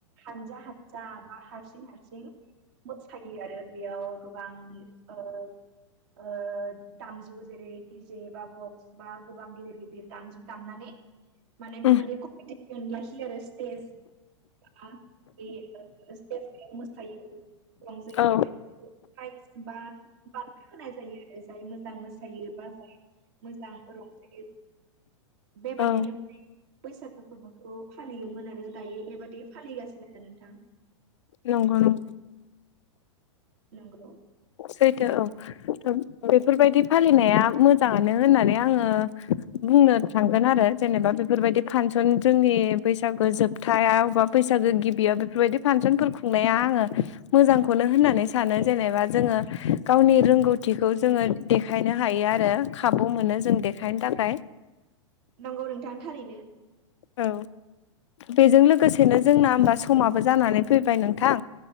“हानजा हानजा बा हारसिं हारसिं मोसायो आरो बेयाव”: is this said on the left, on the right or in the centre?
Right